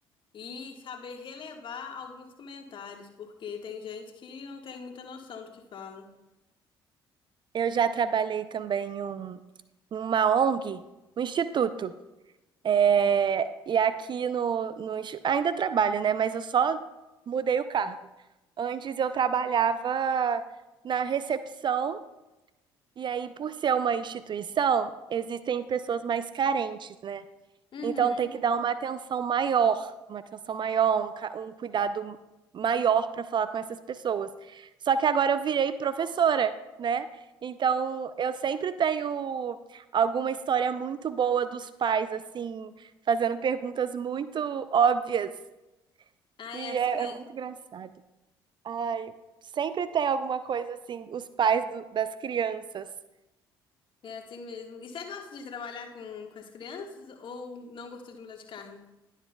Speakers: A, on the left (about 40°); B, on the right (about 40°).
A: e saber relevar alguns comentários, porque tem gente que não tem muita noção do que fala.
B: Eu já trabalhei também em um- em uma ONG, um instituto. É, e aqui no, no insti- ainda trabalho, né? Mas eu só mudei o cargo. Antes eu trabalhava na recepção, e aí, por ser uma instituição, existem pessoas mais carentes, né?
A: Uhum.
B: Então tem que dar uma atenção maior, uma atenção maior, um, ca- um cuidado maior para falar com essas pessoas. Só que agora eu virei professora, né? Então eu sempre tenho alguma história muito boa dos pais, assim, fazendo perguntas muito óbvias.
A: Ah,
B: E
A: é assim
B: é,
A: mesmo.
B: é muito engraçado. Ai, sempre tem alguma coisa assim, os pais do- das crianças.
A: É assim mesmo. E você gosta de trabalhar com, com as crianças ou não gostou de mudar de cargo?